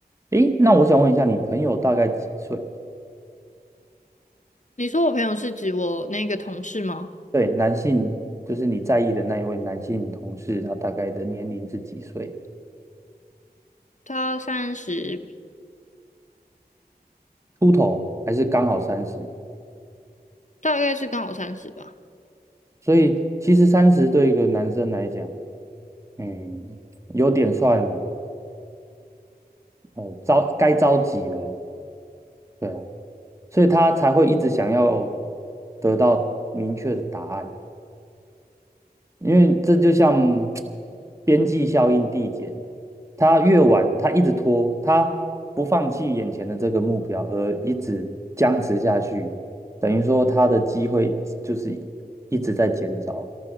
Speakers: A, on the right; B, on the left.
A: 诶，那我想问一下，你朋友大概几岁？
B: 你说我朋友是指我那个同事吗？
A: 对，男性就是你在意的那一位男性同事，他大概的年龄是几岁？
B: 他三十，
A: 秃头还是刚好三十？
B: 大概是刚好三十吧，
A: 所以其实三十对一个男生来讲，嗯，有点算呃着该着急了对啊，所以他才会一直想要得到明确的答案。因为这就像边际效应递减，他越晚，他一直拖，他不放弃眼前的这个目标，而一直僵持下去，等于说他的机会就是一直在减少。